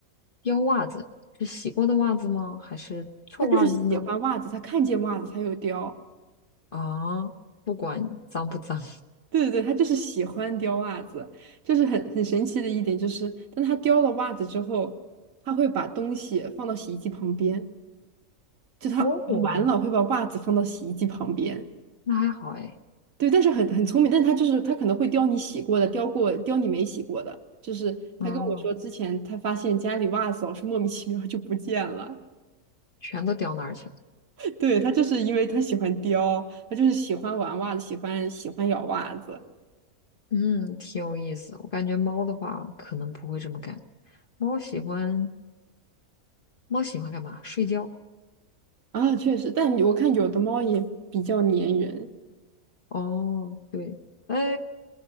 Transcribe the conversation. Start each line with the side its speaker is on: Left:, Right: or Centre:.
Left: 丢袜子是洗过的袜子吗？还是臭袜子呢？
Right: 他就是喜欢袜子，他看见袜子他就叼。
Left: 啊，不管脏不脏。
Right: 对对对，他就是喜欢叼袜子，就是很很神奇的一点就是，当他叼了袜子之后，他会把东西放到洗衣机旁边，就他完了会把袜子放到洗衣机旁边。
Left: 哦，那还好哎。
Right: 对，但是很很聪明，但是他就是他可能会叼你洗过的，叼过叼你没洗过的。就是他跟我说之前他发现家里袜子老是莫名其妙就不见了，
Left: 嗯，全都掉那儿去了。
Right: <laughs> 对，他就是因为他喜欢叼，他就是喜欢玩袜子，喜欢喜欢咬袜子
Left: 嗯，挺有意思。我感觉猫的话可能不会这么干。猫喜欢猫喜欢干嘛？睡觉。
Right: 啊，确实，但我看有的猫也比较粘人。
Left: 哦，对，呃，